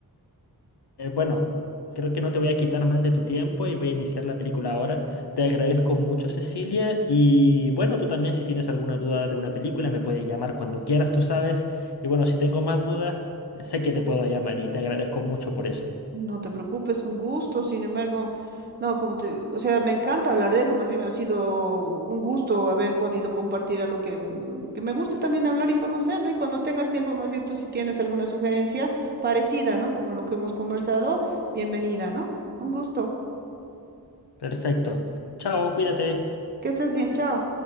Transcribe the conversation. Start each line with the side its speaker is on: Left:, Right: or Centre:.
Left: Eh, bueno, creo que no te voy a quitar más de tu tiempo y voy a iniciar la película ahora. Te agradezco mucho, Cecilia. Y bueno, tú también si tienes alguna duda de una película, me puedes llamar cuando quieras, tú sabes. Y bueno, si tengo más dudas, sé que te puedo llamar y te agradezco mucho por eso.
Right: No te preocupes, un gusto. Sin embargo, no, como te, o sea, me encanta hablar de eso. Más bien ha sido un gusto haber podido compartir a lo que, mm, que me gusta también hablar y conocer, ¿no? Y cuando tengas tiempo, más bien tú si tienes alguna sugerencia parecida, ¿no? Como lo que hemos conversado, bienvenida, ¿no? Un gusto.
Left: Perfecto. Chao, cuídate.
Right: Que estés bien, chao.